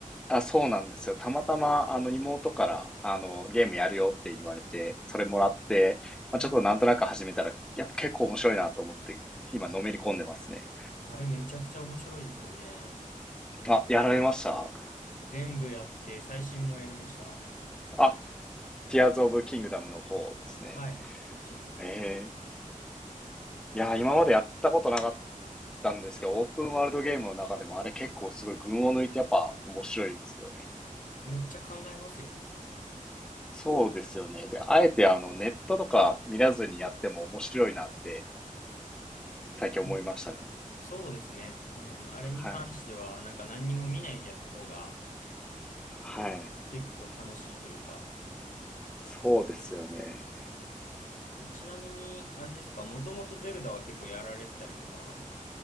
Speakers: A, in the centre; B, on the left.
A: あ、そうなんですよ。たまたまあの妹からあのゲームやるよって言われて、それもらって、まあ、
B: うん
A: ちょっとなんとなく始めたら、やっぱ結構面白いなと思って、今のめり込んでますね。
B: あれめちゃくちゃ面白いですよね。
A: あ、やられました
B: 全部やって、最新もやりました。
A: あ、ティアーズ・オブ・キングダムの方ですね。
B: はい、そっちも。
A: ええいやー、今までやったことなかったんですけど、オープンワールドゲームの中でもあれ結構すごい群を抜いてやっぱ面白いですよね。
B: めっちゃ考えますよね。
A: そうですよね。で、あえてあのネットとか見らずにやっても面白いなって最近思いましたね。
B: うんそうですね。うん、あれに関しては、
A: はい。
B: なんか何にも見ないでやった方が
A: はい。
B: 結構楽しいというか。
A: そうですよね。
B: えちなみに、あれですかもともとゼルダは結構やられてたりとか